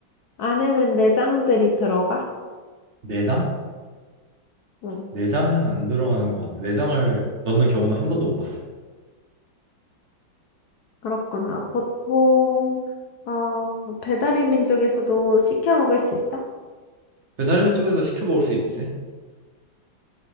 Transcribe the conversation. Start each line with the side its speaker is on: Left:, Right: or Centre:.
Left: 안에는 내장들이 들어가?
Right: 내장?
Left: 응,
Right: 내장은 안 들어가는 것 같아. 내장을 넣는 경우는 한 번도 못 봤어.
Left: 그렇구나. 보통, 어, 배달의 민족에서도 시켜 먹을 수 있어?
Right: 배달의 민족에서 시켜 먹을 수 있지?